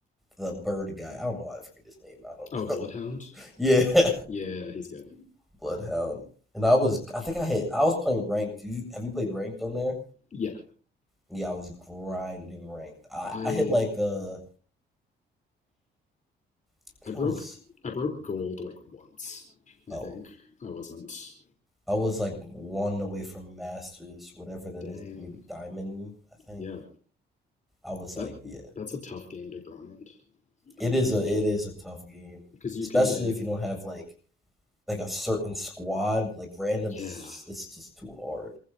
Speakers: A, in the centre; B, on the left.
A: the bird guy. I don't know why I forget his name. I
B: Oh, Bloodhound.
A: don't know. <laughs> yeah.
B: Yeah, he's good.
A: <laughs> Bloodhound. And I was I think I hit I was playing ranked. Do you have you played ranked on there?
B: Yeah,
A: Yeah, I was grinding ranked. I,
B: I
A: I hit like uh I think
B: I broke
A: I was
B: I broke gold like once.
A: oh
B: I think I wasn't.
A: I was like one away from masters, whatever that
B: Dang.
A: is, maybe diamond. I think
B: Yeah,
A: I was like,
B: that
A: yeah,
B: that's a tough game to grind.
A: it is
B: Like,
A: a it is a tough game,
B: because you
A: especially
B: can get
A: if you don't have like like a certain squad. Like randoms, is
B: yeah.
A: just- it's just too hard.